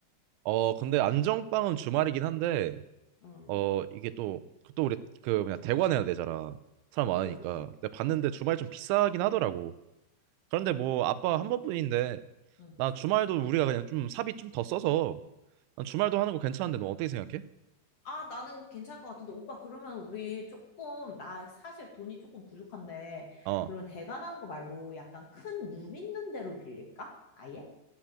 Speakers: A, on the right (about 85°); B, on the left (about 50°).
A: 어, 근데 안정빵은 주말이긴 한데
B: 응,
A: 어, 이게 또 그 또 우리 그 뭐냐 대관해야 되잖아. 사람 많으니까.
B: 응, 응.
A: 근데 봤는데 주말 좀 비싸긴 하더라고. 그런데 뭐 아빠 한 번뿐인데
B: 응.
A: 나 주말도 우리가 그냥 좀 사비 좀 더 써서 난 주말도 하는 거 괜찮은데 너 어떻게 생각해?
B: 아, 나는 괜찮을 것 같은데, 오빠, 그러면 우리 조금, 나 사실 돈이 조금 부족한데,
A: 어.
B: 그러면 대관하는 거 말고 약간 큰 룸 있는 데로 빌릴까? 아예?